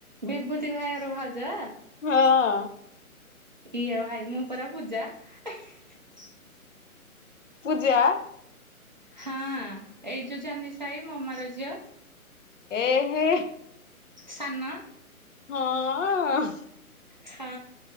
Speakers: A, on the right (about 35°); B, on the left (about 60°).
A: ବିଭୂତି ଭାଇଘର ଭାଉଜ।
B: ହଁ ।
A: ଇଏ ଭାଇ ମୁଁ ପରା ପୂଜା ।
B: ପୂଜା ।
A: ହଁ ଏଇ ଯୋଉ ଜନି ସାହି ମମାର ଝିଅ ।
B: ଏ ହେ
A: ସାନ
B: ହଁ ।
A: ହଁ